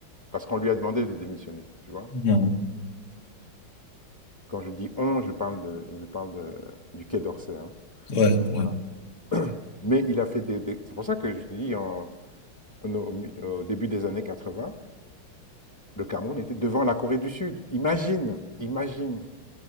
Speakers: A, on the left; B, on the left.
A: Parce qu'on lui a demandé de démissionner, tu vois?
B: Mhm.
A: Quand je dis «on», je parle de je parle de du Quai d'Orsay, hein,
B: Ouais,
A: donc voilà.
B: ouais,
A: Mais il a fait des des c'est pour ça que je te dis en en au mi au début des années 80, le Cameroun était devant la Corée du Sud. Imagine! Imagine!